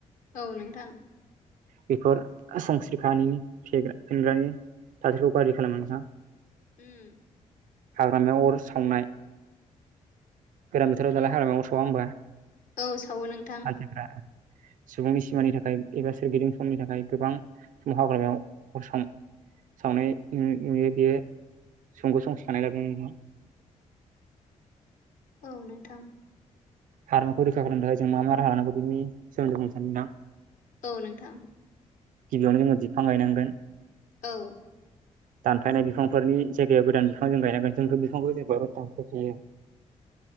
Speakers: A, on the left; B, on the right.
A: औ नोंथां
B: बेफोर संस्रिखानि फेग्रा फेनग्रानि। थासारिखौ गाज्रि खालामो नोंथां।
A: उम
B: हाग्रामायाव अर सावनाय गोरान बोथोराव दालाय हाग्रामायाव सावा होमबा
A: औ सावो नोंथां
B: मानसिफ्रा। सुबुंनि सिमानि थाखाय एबा सोरगिदिं समनि थाखाय गोबां। समाव हाग्रामायाव अर सावनाय नुयो बेयो। <unintelligible> <unintelligible> <unintelligible> <unintelligible>
A: औ नोंथां।
B: हाग्रामाखौ रैखा खालामनो थाखाय जों मा मा राहा लानांगौ बेनि सोमोन्दै बुंनोसै नोंथां।
A: औ नोंथां।
B: गिबियावनो जोङो बिफां गायनांगोन।
A: औ।
B: <inaudible> दानफायनाय बिफांफोरनि जायगायाव गोदान बिफां जों गायनांगोन जोंथ' बिफांखौ जेबो दानफायफैयो।